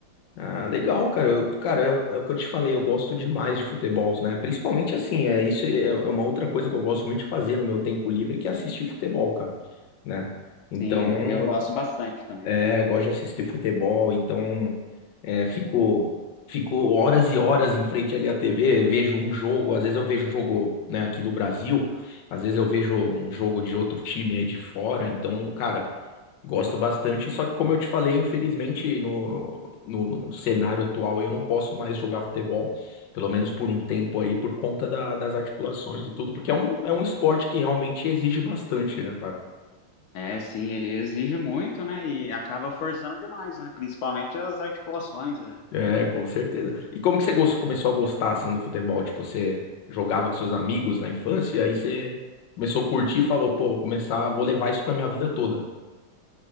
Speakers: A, on the left; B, on the left.
A: Ah, legal, cara. Eu- cara, é, o é o que eu te falei, eu gosto demais de futebol, né? Principalmente assim, é, isso é é uma outra coisa que eu gosto muito de fazer no meu tempo livre, que é assistir futebol, cara, né? Então,
B: Sim, eu gosto bastante também.
A: É, eu gosto de assistir futebol, então é, fico, fico horas e horas em frente ali à TV, vejo um jogo, às vezes eu vejo o jogo, né, aqui do Brasil, às vezes eu vejo um jogo de outro time aí de fora, então, cara, gosto bastante, só que como eu te falei, infelizmente no, no, no cenário atual eu não posso mais jogar futebol, pelo menos por um tempo aí, por conta da- das articulações e tudo, porque é um, é um esporte que realmente exige bastante, né, cara?
B: É, sim, ele exige muito, né? E acaba forçando demais, né? Principalmente as articulações, é,
A: É, com certeza. E como que você gos- começou a gostar assim do futebol? Tipo, você jogava com seus amigos na infância, e aí você começou a curtir e falou, pô, vou começar, vou levar isso pra minha vida toda.